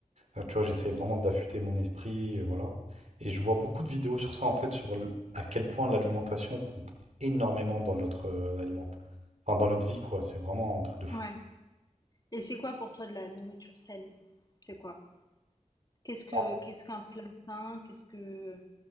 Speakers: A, on the right; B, on the left.
A: Euh, tu vois, j'essaie vraiment d'affûter mon esprit, euh, voilà. Et je vois beaucoup de vidéos sur ça, en fait, sur l- à quel point l'alimentation compte énormément dans notre euh, aliment- enfin, dans notre vie, quoi. C'est vraiment un truc de fou.
B: Ouais. Et c'est quoi pour toi de la nourriture saine? C'est quoi? Qu'est-ce que
A: Alors,
B: qu'est-ce qu'un plat sain? Qu'est-ce que